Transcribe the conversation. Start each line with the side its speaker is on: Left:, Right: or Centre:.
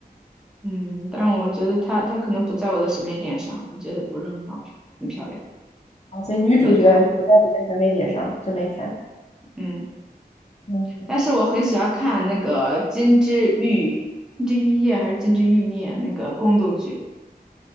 Centre: 嗯，但我觉得它它可能不在我的审美点上，我觉得不是很好，很漂亮，
Left: 啊，所以女主角就不在别的审美点上，
Centre: 没看。
Left: 就没看。
Centre: 嗯，
Left: 嗯，
Centre: 但是我很喜欢看那个《金枝玉金枝玉叶》还是《金枝玉孽》那个宫斗剧，